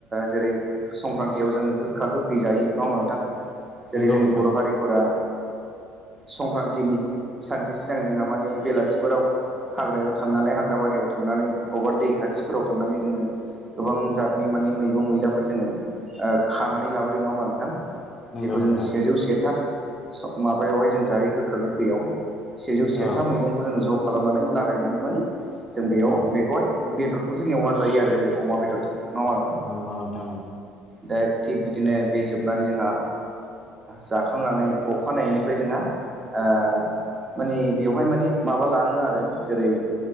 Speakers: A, on the right; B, on the left.
A: जेरै संक्रान्तियाव जोङो गोखा गोखै जायो नङा होमब्ला नोंथां? जेरै
B: नंगौ
A: जोंनि
B: नोंथां
A: बर' हारिफोरा संक्रान्तिनि सानसे सिगां जोंहा माने बेलासिफोराव हाग्रायाव थांनानैाय हाग्र बारियाव थांनानै बबेबा दै खाथिफोराव थांनानै जोङो गोबां जातनि मानिे मैगं मैलाफोर जोङो खानानै लाबोयो नङा होमबा नोंथां?
B: नंगौ
A: जेखौ जोंङ
B: नोंथां
A: सेजौ सेथा माबायावहाय जों जायो गोखा गोखैयाव। सेजौ सेथा
B: औ
A: मैगंखौ जोङो ज' खालामनानै लागायनानै मानि जों बेयाव
B: औ
A: बेखौहाय बेदरफोरजों एवना जायो आरो जेरै अमा बेदरजों नङा होनबा नोंथां
B: नंगौ नोंथां
A: दा थिग बिदिनो बे जोबनानै जोंहा जाखांनानै अखानायैनिफ्राय जोंहा माने बेवहाय माने माबा लाङो आरो जेरै